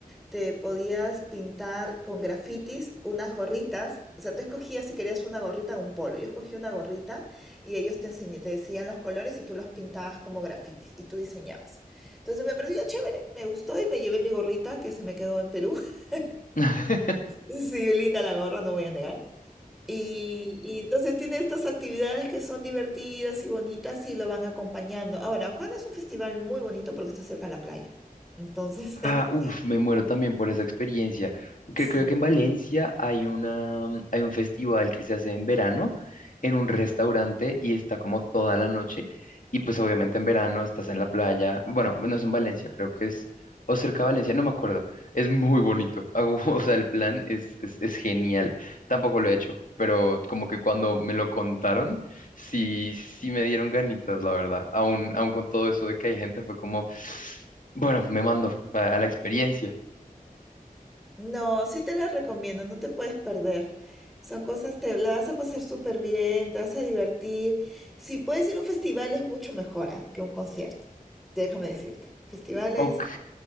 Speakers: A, in the centre; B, on the left.
A: te podías pintar con grafitis unas gorritas, o sea, tú escogías si querías una gorrita o un polo, yo escogí una gorrita y ellos te enseñé, te decían los colores y tú los pintabas como grafitis y tú diseñabas. Entonces me pareció chévere, me gustó y me llevé mi gorrita que se me quedó en Perú. <laughs>
B: <laughs>
A: Sí, linda la gorra, no voy a negar. Y, y entonces tiene estas actividades que son divertidas y bonitas y lo van acompañando. Ahora, Ojana es un festival muy bonito porque está cerca de la playa. Entonces,
B: Ah,
A: <laughs>
B: uff, me muero también por esa experiencia.
A: sí.
B: Que creo que en Valencia hay una, mm, hay un festival que se hace en verano en un restaurante y está como toda la noche. Y pues obviamente en verano estás en la playa. Bueno, no es en Valencia, creo que es o cerca de Valencia, no me acuerdo. Es muy bonito. Hago, <laughs> o sea, el plan es, es, es genial. Tampoco lo he hecho, pero como que cuando me lo contaron, sí, sí me dieron ganitas, la verdad. Aún, aún con todo eso de que hay gente, fue como... Bueno, me mando a, a la experiencia.
A: No, sí te las recomiendo, no te puedes perder. Son cosas, te la vas a pasar súper bien, te vas a divertir. Si puedes ir a un festival es mucho mejor, ah, que un concierto. Déjame decirte. Festivales
B: Ok.